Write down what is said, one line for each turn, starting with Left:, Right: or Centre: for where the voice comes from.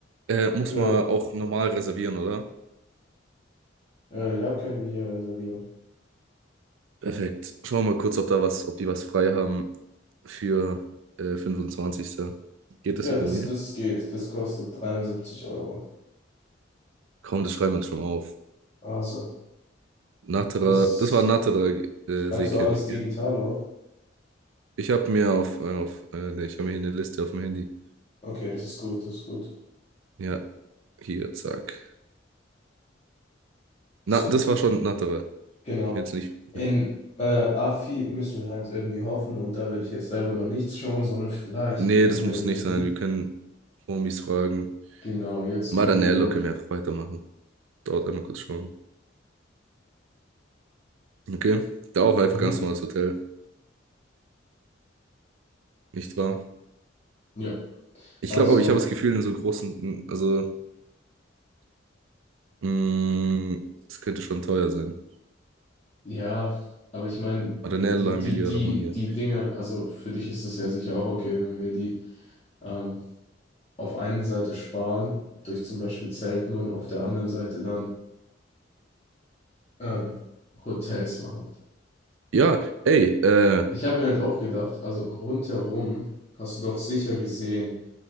Right: äh, muss
Left: Für,
Right: man auch normal reservieren, oder?
Left: äh, ja, können wir hier reservieren.
Right: Perfekt. Schauen wir mal kurz, ob da was, ob die was frei haben. für äh, 25. Geht
Left: Ja,
Right: das irgendwie?
Left: das, das geht. Das kostet 73 Euro.
Right: Komm, das schreiben wir uns schon mal auf.
Left: Also,
Right: Natterer,
Left: das
Right: das war Natterer äh,
Left: schreibst
Right: Seecamping,
Left: du alles digital
Right: gell?
Left: auf.
Right: Ich habe mir auf, äh, auf äh, ne, ich habe mir hier eine Liste auf dem Handy.
Left: Okay, das ist gut, das ist gut.
Right: Ja, hier, zack.
Left: So,
Right: Na, das war schon Natterer.
Left: genau.
Right: Ich bin jetzt nicht.
Left: In
Right: Ja.
Left: äh, AFI müssen wir halt irgendwie hoffen und da würde ich jetzt selber noch nichts schauen, sondern vielleicht
Right: Nee,
Left: können
Right: das
Left: wir
Right: muss
Left: über
Right: nicht
Left: die.
Right: sein. Wir können Homies fragen.
Left: Genau, jetzt
Right: Maranello
Left: können wir dann.
Right: können wir einfach weitermachen. Dort einmal kurz schauen. Okay? Da auch einfach
Left: Mhm,
Right: ganz normales Hotel. Nicht wahr?
Left: ja,
Right: Ich
Left: also.
Right: glaube aber, ich habe das Gefühl, in so großen, also Mm, das könnte schon teuer sein.
Left: Ja, aber ich meine,
Right: Arenella,
Left: wenn die,
Right: Emilia,
Left: die, die,
Right: Romagna.
Left: die Dinge, also für dich ist es ja sicher auch okay, wenn wir die ähm, auf einen Seite sparen, durch zum Beispiel Zelten und auf der anderen Seite dann ähm, Hotels machen.
Right: Ja, ey, äh,
Left: Ich habe mir halt auch gedacht, also rundherum hast du doch sicher gesehen,